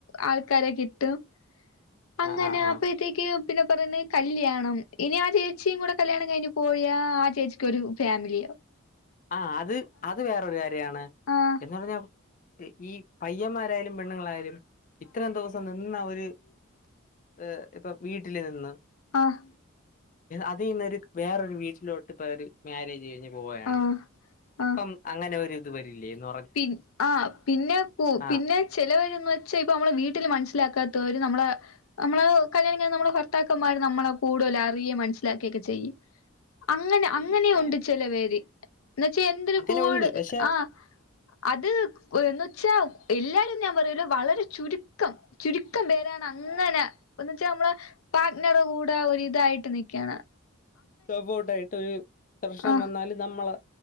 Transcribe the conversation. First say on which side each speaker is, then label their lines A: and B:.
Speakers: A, on the left; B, on the left.
A: ആൾക്കാരെ കിട്ടും അങ്ങനെ.
B: ആ ആ ആ
A: അപ്പഴത്തേക്ക് പിന്നെ പറയ്ന്ന് കല്ല്യാണം. ഇനി ആ ചേച്ചിയും കൂടെ കല്യാണം കഴിഞ് പോയാ ആ ചേച്ചിക്കൊരു ഫാമിലിയാവും.
B: ആഹ് അത് അത് വേറൊരു കാര്യാണ്.
A: ആഹ്.
B: എന്ന് പറഞ്ഞാ ഈ പയ്യന്മാരായാലും പെണ്ണുങ്ങളായാലും ഇത്രയും ദിവസം നിന്ന ഒരു ഏഹ് ഇപ്പം വീട്ടില് നിന്ന്.
A: ആഹ്
B: അതീന്നൊരു വേറൊരു വീട്ടിലോട്ട് ഇപ്പൊര് മാരേജ് കഴിഞ്ഞു. പോവെയാണ്.
A: ആഹ് ആഹ്
B: അപ്പം അങ്ങനെ ഒരു ഇത് വരില്ലേ ന്ന
A: പി ആഹ് പിന്നെ കൂ
B: ആ
A: പിന്നെ ചെലവരെന്ന് വെച്ചാ ഇപ്പ നമ്മളെ വീട്ടില് മനസ്സിലാക്കാത്തോരു നമ്മളെ നമ്മള് കല്യാണം കയ്യുമ്പോ നമ്മള് ഭർത്താക്കന്മാർ നമ്മളെ കൂടുതല് അറിയേം മനസിലാക്കെക്കെ ചെയ്യ്. അങ്ങനെ
B: ചെയ്യും
A: അങ്ങനെയുണ്ട്
B: ആ
A: ചെലവേര്. എന്ന്വെച്ചാ എന്തിരു
B: അങ്ങനെ
A: കൂട്
B: ഉണ്ട് പക്ഷെ
A: ആഹ് അത് എന്ന്വെച്ചാ എല്ലാരും ഞാൻ പറയൂല വളരെ ചുരു ക്കം ചുരുക്കം പേരാണ് അങ്ങനെ എന്ന്വെച്ചാ നമ്മളെ പാട്നറെ കൂടെ ഒരിതായിട്ട് നിക്കണം.
B: സപ്പോട്ടായിട്ടൊരു പ്രശ്നം
A: ആഹ്
B: വന്നാല് നമ്മള്